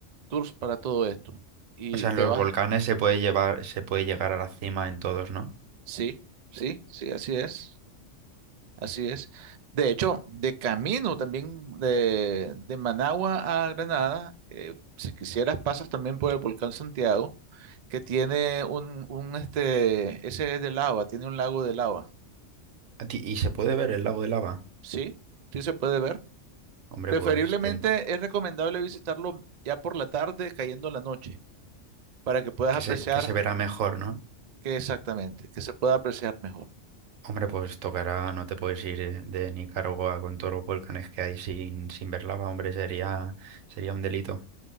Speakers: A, on the right; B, on the right.
A: tours para todo esto. Y
B: O sea,
A: te
B: en los
A: vas,
B: volcanes se puede llevar, se puede llegar a la cima en todos, ¿no?
A: sí, sí, sí, así es, así es. De hecho, de camino también de, de Managua a Granada, eh, si quisieras, pasas también por el volcán Santiago, que tiene un, un este, ese es de lava, tiene un lago de lava,
B: A ti- ¿Y se puede ver el lago de lava?
A: ¿sí? Sí se puede ver.
B: Hombre,
A: Preferiblemente
B: pues ten-
A: es recomendable visitarlo ya por la tarde, cayendo la noche, para que puedas
B: que
A: apreciar
B: se, que se verá mejor, ¿no?
A: que exactamente, que se pueda apreciar mejor.
B: Hombre, pues tocará, no te puedes ir eh, de Nicaragua con todos los volcanes que hay sin, sin ver lava, hombre, sería, sería un delito.